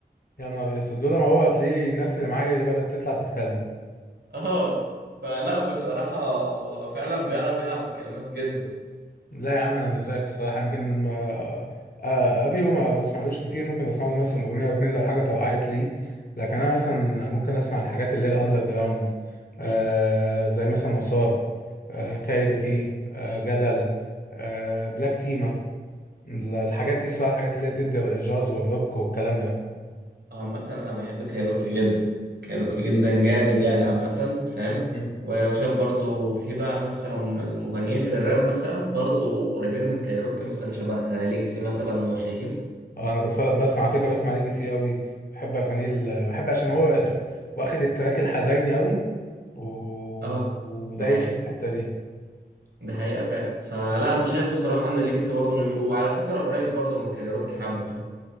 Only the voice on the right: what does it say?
اه فلا بصراحة هو فعلا بيعرف يلعب بكلمات جدا
عامة أنا بحب كايروكي جدا كايروكي جدا جامد يعني عامة فاهم
و- وشايف برضو في بقى مثلا المغنيين في الراب مثلا برضو قريبين من كايروكي مثلا شبه ليجسي مثلا وشاهين
اه
ده حقيقة
ده حقيقة فعلا فلا أنا شايف بصراحة إن ليجسي برضو جميل وعلى فكرة قريب برضو من كايروكي حبة فاهم